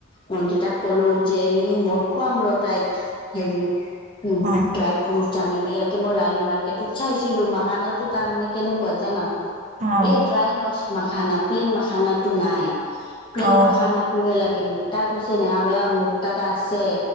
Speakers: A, on the left; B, on the right.
A: নন্দিতাক ক'লো যে এই মই খুৱাম ৰ তাইক হেৰি, উম,
B: অ' অ'
A: ড্ৰাই ফ্ৰুটছ ইয়াতে মই ৰানী মাৰ কেটত চাইছিলো মাখানাতো তাৰমানে কেৱনো কজানা,
B: অ'
A: এই ড্ৰাই ৰস মাখানা প্লেইন মাখানটো নাই প্লেইন
B: অ' অ' অ'
A: মাখানাটোহে লাগে মোক। তাই কৈছে নেহা বা মোক তাটা আছে,